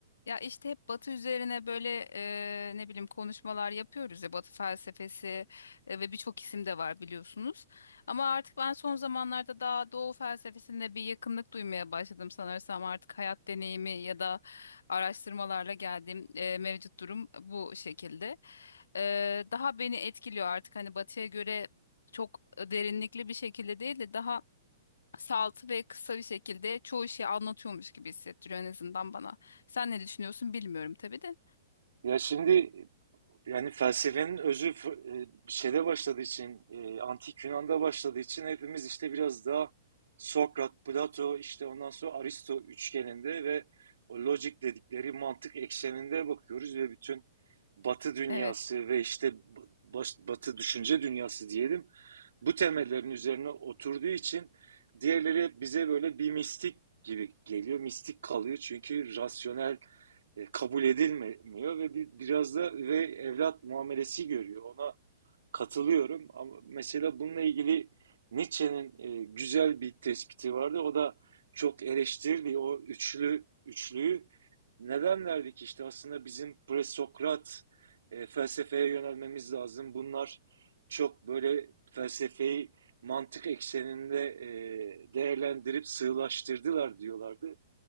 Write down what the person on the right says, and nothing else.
Ya şimdi yani felsefenin özü f- e, şeyde başladığı için, e, antik Yunan'da başladığı için hepimiz işte biraz daha Sokrat, Plato, işte ondan sonra Aristo üçgeninde ve o logic dedikleri mantık ekseninde bakıyoruz ve bütün Batı dünyası
ve işte b- baş- Batı düşünce dünyası diyelim bu temellerin üzerine oturduğu için diğerleri hep bize böyle bir mistik gibi geliyor, mistik kalıyor çünkü rasyonel e, kabul edilmiyor ve bir, biraz da ve evlat muamelesi görüyor. Ona katılıyorum ama mesela bununla ilgili Nietzsche'nin e, güzel bir tespiti vardı. O da çok eleştirdi o üçlü üçlüyü. Neden derdik işte aslında bizim presokrat e, felsefeye yönelmemiz lazım. Bunlar çok böyle felsefeyi mantık ekseninde e, değerlendirip sığlaştırdılar diyorlardı.